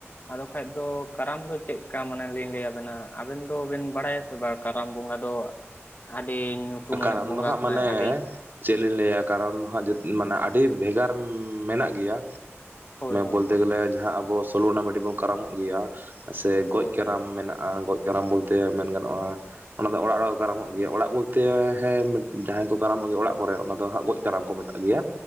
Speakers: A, on the left; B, on the right.
A: ᱟᱫᱚ ᱠᱷᱟᱡ ᱫᱚ ᱠᱟᱨᱟᱢ ᱫᱚ ᱪᱮᱫ ᱠᱟ ᱢᱟᱱᱮ ᱞᱤᱧ ᱞᱟᱹᱭ ᱟᱵᱮᱱᱟ ᱟᱵᱮᱱ ᱫᱚ ᱵᱮᱱ ᱵᱟᱲᱟᱭᱟ ᱥᱮ ᱵᱟᱝ ᱠᱟᱨᱟᱢ ᱵᱚᱸᱜᱟ ᱫᱚ, ᱟᱹᱰᱤ ᱧᱩᱛᱩᱢ ᱟᱱᱤᱡ
B: ᱠᱟᱨᱟᱢ
A: ᱵᱚᱸᱜᱟ
B: ᱫᱚ ᱦᱟᱸᱜ
A: ᱠᱟᱱᱟᱭ᱾
B: ᱢᱟᱱᱮ
A: ᱟᱹᱰᱤ
B: ᱪᱮᱫ ᱞᱤᱧ ᱞᱟᱹᱭᱟ ᱠᱟᱨᱚᱱ ᱫᱚ ᱦᱟᱸᱜ ᱢᱟᱱᱮ ᱟᱹᱰᱤ ᱵᱷᱮᱜᱟᱨ ᱢᱮᱱᱟᱜ ᱜᱮᱭᱟ᱾
A: ᱦᱳᱭ ᱦᱳᱭ
B: ᱵᱚᱞᱛᱮ ᱜᱮᱞᱮ ᱡᱟᱸᱦᱟ ᱟᱵᱚ ᱥᱳᱞᱳ ᱟᱱᱟ ᱢᱤᱫᱴᱤᱡ ᱵᱚ ᱠᱟᱨᱟᱢ ᱚᱜ ᱜᱮᱭᱟ, ᱥᱮ ᱜᱚᱡ
A: ᱦᱳᱭ
B: ᱠᱟᱨᱟᱢ ᱢᱮᱱᱟᱜᱼᱟ, ᱜᱚᱡ ᱠᱟᱨᱟᱢ ᱵᱚᱞ ᱛᱮ ᱢᱮᱱ ᱜᱟᱱᱚᱜᱼᱟ, ᱚᱱᱟ ᱫᱚ ᱚᱲᱟᱜ ᱚᱲᱟᱜ ᱠᱚ ᱠᱟᱨᱟᱢᱚᱜ ᱜᱮᱭᱟ᱾ ᱚᱲᱟᱜ ᱵᱚᱞ ᱛᱮ ᱦᱮᱸ ᱡᱟᱸᱦᱟᱭ ᱠᱚ ᱠᱟᱨᱟᱢᱚᱜ ᱜᱮᱭᱟ ᱚᱲᱟᱜ ᱠᱚᱨᱮ ᱚᱱᱟ ᱫᱚ ᱦᱟᱸᱜ ᱜᱚᱡ ᱠᱟᱨᱟᱢ ᱠᱚ ᱢᱮᱛᱟᱜ ᱜᱮᱭᱟ᱾